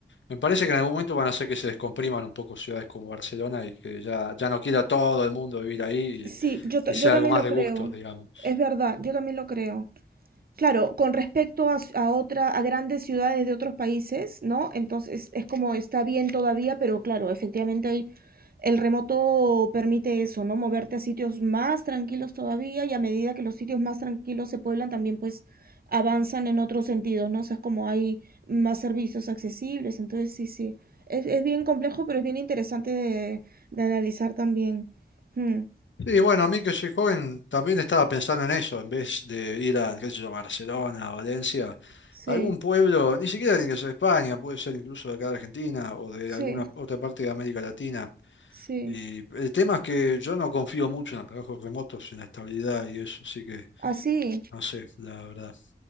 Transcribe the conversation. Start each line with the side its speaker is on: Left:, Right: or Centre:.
Left: me parece que en algún momento van a hacer que se descompriman un poco ciudades como Barcelona y que ya, ya no quiera todo el mundo vivir ahí
Right: Sí, yo, ta-
Left: y, y sea
Right: yo también
Left: algo más
Right: lo
Left: de
Right: creo.
Left: gustos, digamos.
Right: Es verdad, yo también lo creo. Claro, con respecto a, s- a otra, a grandes ciudades de otros países, ¿no? Entonces es como está bien todavía, pero claro, efectivamente hay, el remoto permite eso, ¿no? Moverte a sitios más tranquilos todavía y a medida que los sitios más tranquilos se pueblan, también pues avanzan en otros sentidos, ¿no? O sea, es como hay más servicios accesibles, entonces sí, sí. Es, es bien complejo, pero es bien interesante de, de analizar también. Mm,
Left: Sí, bueno, a mí que soy joven también estaba pensando en eso, en vez de ir a, qué sé yo, Barcelona, Valencia,
Right: sí,
Left: algún pueblo, ni siquiera tiene que ser España, puede ser incluso de acá de Argentina o de
Right: sí,
Left: alguna otra parte de América Latina
Right: sí.
Left: Y el tema es que yo no confío mucho en los trabajos remotos, en la estabilidad y eso, así que
Right: Así.
Left: no sé, la verdad.